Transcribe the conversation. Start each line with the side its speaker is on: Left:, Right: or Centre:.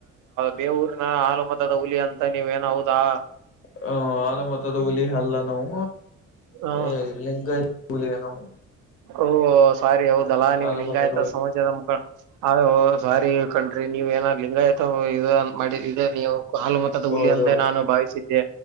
Right: ಬೇ ಊರಿನ ಹಾಲು ಮತದ ಹುಲಿ ಅಂತ ನೀವ್ ಏನೂ ಹೌದಾ
Left: ಹ ಹಾಲು ಮತದ ಹುಲಿ ಅಲ್ಲ ನಾವು
Right: ಹ
Left: ಹೆ ಲಿಂಗಾಯತ ಹುಲಿ ನಾವು
Right: ಓಹ ಸಾರಿ ಹೌದಲ್ಲಾ ನೀವು
Left: ಆಲ
Right: ಲಿಂಗಯಸ್
Left: ಮತದ
Right: ಆಯ್ತಾ
Left: ಹುಲಿ
Right: ಸಮಾಜದ ಮಕ್ಕಳ ಸಾರಿ ಕಣ್ರಿ ನೀವ್ ಏನ ಲಿಂಗಯು ಇ ಇ ನೀವು ಹಾಲು ಮತದ
Left: ಹೌದು
Right: ಹುಲಿ ಎಂದೇ ನಾನು ಭಾವಿಸಿದ್ದೆ.